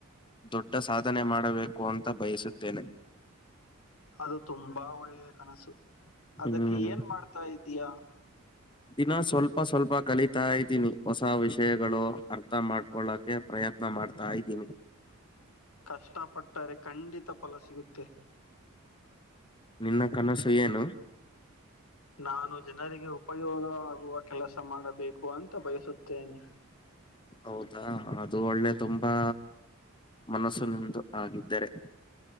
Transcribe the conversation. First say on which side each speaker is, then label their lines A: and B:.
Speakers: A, on the left; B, on the left.
A: ದೊಡ್ಡ ಸಾಧನೆ ಮಾಡಬೇಕು ಅಂತ ಬಯಸುತ್ತೇನೆ
B: ಅದು ತುಂಬಾ ಒಳ್ಳೆಯ ಕನಸು ಅದಕ್ಕೆ
A: ಹ್ಮ್
B: ಏನ್ ಮಾಡ್ತಾ ಇದಯ
A: ದಿನ ಸ್ವಲ್ಪ ಸ್ವಲ್ಪ ಕಲಿತಾ ಇದ್ದೀನಿ ಹೊಸ ವಿಷಯಗಳು ಅರ್ಥ ಮಾಡ್ಕೊಳ್ಳಕೆ ಪ್ರಯತ್ನ ಮಾಡ್ತಾ ಇದ್ದೀನಿ
B: ಕಷ್ಟಪಟ್ಟರೆ ಖಂಡಿತ ಫಲ ಸಿಗುತ್ತೆ
A: ನಿನ್ನ ಕನಸು ಏನು
B: ನಾನು ಜನರಿಗೆ ಉಪಯೋಗ ಆಗುವ ಕೆಲಸ ಮಾಡಬೇಕು ಅಂತ ಬಯಸುತ್ತೇನೆ
A: ಹೌದಾ ಅದು ಒಳ್ಳೆ ತುಂಬಾ ಮನಸ್ಸು ನಿಂದು ಆಗಿದ್ದರೆ